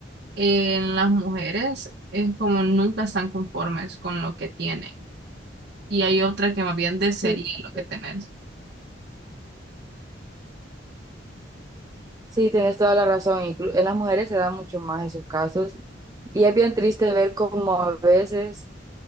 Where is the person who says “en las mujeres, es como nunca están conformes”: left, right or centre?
Right